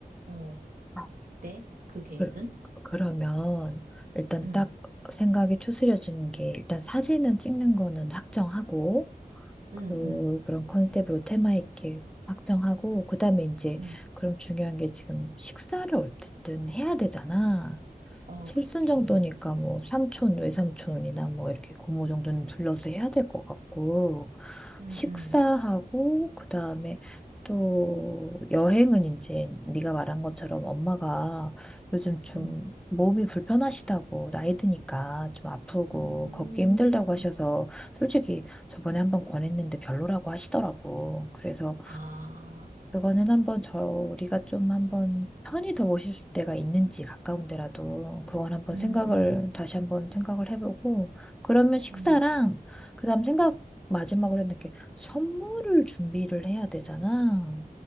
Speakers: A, on the right; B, in the centre.
A: 어,
B: 아,
A: 네? 그 계획은?
B: 그, 그러면 일단
A: 응.
B: 딱 생각이 추스려지는 게 일단 사진은 찍는 거는 확정하고
A: 응,
B: 그
A: 응,
B: 그런 컨셉으로 테마 있게 확정하고 그다음에 이제
A: 응.
B: 그럼 중요한 게 지금 식사를 어쨌든 해야 되잖아.
A: 어,
B: 칠순
A: 그치.
B: 정도니까 뭐 삼촌, 외삼촌이나 뭐 이렇게 고모 정도는 불러서 해야 될 것 같고,
A: 응,
B: 식사하고,
A: 응,
B: 그 다음에 또 여행은 이제 네가 말한 것처럼 엄마가 요즘 좀
A: 응.
B: 몸이 불편하시다고 나이 드니까 좀 아프고
A: 음,
B: 걷기 힘들다고
A: 음.
B: 하셔서 솔직히 저번에 한번 권했는데 별로라고 하시더라고. 그래서
A: 아,
B: 그거는 한번 저희가 좀 한 번 편히 더 모실 때가 있는지 가까운 데라도 그건 한번
A: 응,
B: 생각을
A: 응,
B: 다시 한 번 생각을 해보고 그러면 식사랑
A: 응.
B: 그다음 생각 마지막으로 했는데 이렇게 선물을 준비를 해야 되잖아.